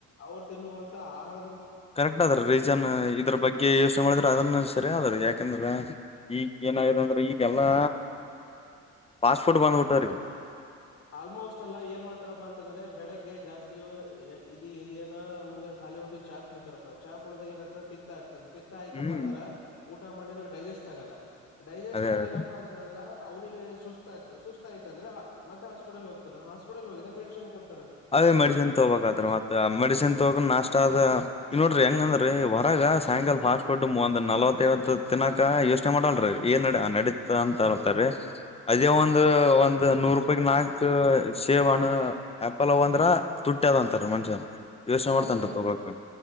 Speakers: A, on the left; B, on the left.
A: ಅವರು ತಿನ್ನುವಂತ ಆಹಾರ
B: ಕರೆಕ್ಟ್ ಅದ್ರ ರೀಜನ್ ಇದ್ರ ಬಗ್ಗೆ ಯೋಚನೆ ಮಾಡಿದ್ರೆ ಅದನ್ನ ಸರಿ ಅದ್ರ ಯಾಕಂದ್ರ ಈಗ
A: ಹ
B: ಏನಾಗಿದೆ ಅಂದ್ರೆ ಈಗೆಲ್ಲಾ ಫಾಸ್ಟ್ ಫುಡ್ ಬಂದ್ ಬಿಟ್ಟವ್ ರೀ
A: ಆಲ್ಮೋಸ್ಟ್ ಅಲ್ಲ ಏನ್ ಮಾಡ್ತಾರಪ್ಪಾ ಅಂತಂದ್ರೆ ಬೆಳಗ್ಗೆ ಜಾಸ್ತಿ ಇದ ಇದನ ಮುಂಜಾನ ಖಾಲಿ ಹೊಟಲ್ ಚಾ ಕುಡಿತತಾರಪ್ಪ ಚಾ ಕುಡದಾಗ ಏನ ಆತದ ಪಿತ್ತ ಆಗ್ತದೆ ಪಿತ್ತಾ ಆಯ್ತಪ್ಪ
B: ಹ್ಮ್
A: ಅಂದ್ರ ಊಟ ಮಾಡಿದ್ರೆ ಡೈಜೆಸ್ಟ್ ಆಗಲ್ಲ ಡೈಜೆಸ್ಟ್
B: ಅದೇ
A: ಆಗ್ಲಿಲ್ಲಪ್ಪಾ
B: ಅದೇ
A: ಅಂತಂದ್ರ ಅವ್ನಿಗೆ ಸುಸ್ತತ ಸುಸ್ತಯ್ತ ಅಂದ್ರ ಮತ್ತೆ ಹಾಸ್ಪಿಟಲ್ ಹೋಗ್ತಾನ ಹಸ್ಪಟಲ್ ಹೋಗಿದೆ ಮೆಡಶಿನ್ ಕೊಡ್ತಾರೆ
B: ಅದೇ ಮೆಡಿಸಿನ್ ತಗೋಬೇಕತ್ರಿ ಮತ್ತತ್
A: ಹ
B: ಮೆಡಿಸಿನ್ ತಗ ನಾಷ್ಟ ಆದ ಇ ನೋಡ್ರಿ ಹೆಂಗಂದ್ರೀ ಹೊರ ಗ ಸಾಯಂಕಾಲ ಫಾಸ್ಟ್ ಫುಡ್ ಒಂದ ನಲವತ್ತೈವತ್ತು ತಿನಕ ಯೋಚನೆ ಮಾಡಲ್ರಿ ಏನ್ ನಡೀತ ಅಂತ ತಾರೆ ಅದೇ
A: ಕರೆಕ್ಟ್
B: ಒಂದು ಒಂದು ನೂರು ರೂಪಾಯ ನಾಲ್ಕ್ು ಶೇವ್ ಅಣ ಆ್ಯಪಲ್ ಅವ ಅಂದ್ರ ತುಟ್ಟಿದ ಅಂತಾರ ಮನ್ಷ್ಯನ್ ಯೋಚನೆ
A: ಅತಿ
B: ಮಾಡ್ತನ್
A: ಹೆಚ್ಚ
B: ತಗೋಕ್